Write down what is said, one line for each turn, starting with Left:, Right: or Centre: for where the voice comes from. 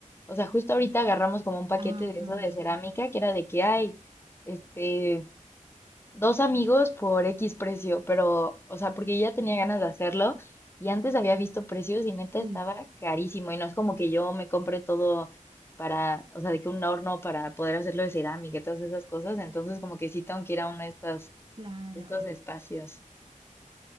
Left: O sea, justo ahorita agarramos como un paquete
Right: Ah,
Left: de eso de cerámica, que era de que hay, este, dos amigos por X precio, pero, o sea, porque ya tenía ganas de hacerlo y antes había visto precios y neta
Right: Sí.
Left: estaba carísimo y no es como que yo me compre todo para, o sea, de que un horno para poder hacerlo de cerámica y todas esas cosas, entonces como que sí tengo que ir a uno de estos,
Right: claro.
Left: estos espacios.